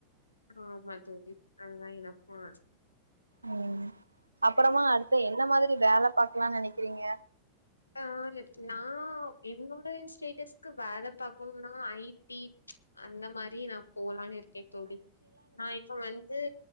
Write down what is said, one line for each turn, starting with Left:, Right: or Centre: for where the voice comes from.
Left: ஆமா தோழி அந்த மாரி எக்கப்போ
Right: உ அப்பறமா அடுத்த என்ன மாரி வேல பாக்கலாம்னு நனைக்கிறீங்க
Left: ஆ எப் நா என்னோட ஸ்டேட்டஸ்க்கு வேல பக்கணும்னா ஐ டி ச் அந்த மாரி நா போலானு இருக்கே தோழி நா இப்ப வந்து